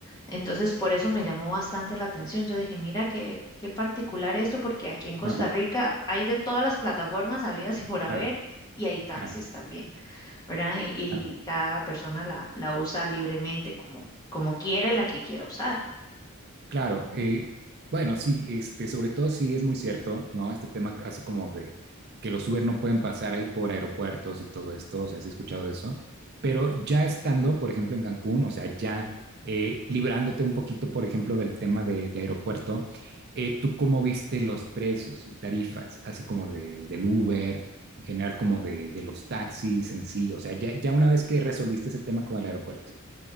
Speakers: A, on the left; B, on the right.
A: Entonces, por eso me llamó bastante la atención. Yo dije, mira, qué, qué particular esto, porque aquí en Costa
B: claro,
A: Rica hay de todas las plataformas habidas y por haber,
B: claro,
A: y hay taxis
B: claro,
A: también, ¿verdad? Y, y
B: claro.
A: cada persona la, la usa libremente como, como quiere, la que quiera usar.
B: Claro, eh, bueno, sí, este, sobre todo sí es muy cierto, ¿no? Este tema así como de que los Uber no pueden pasar ahí por aeropuertos y todo esto, o sea, sí he escuchado eso, pero ya estando, por ejemplo, en Cancún, o sea, ya eh, librándote un poquito, por ejemplo, del tema de, de aeropuerto, eh, ¿tú cómo viste los precios y tarifas, así como de, del Uber, en general como de, de los taxis en sí? O sea, ya, ya una vez que resolviste ese tema con el aeropuerto.